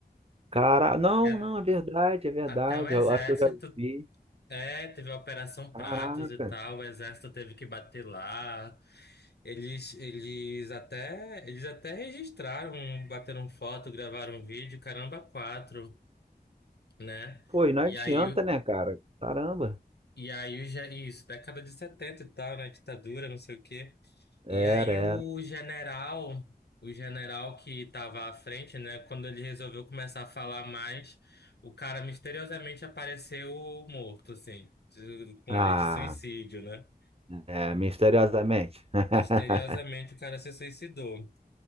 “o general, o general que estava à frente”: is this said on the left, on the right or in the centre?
Left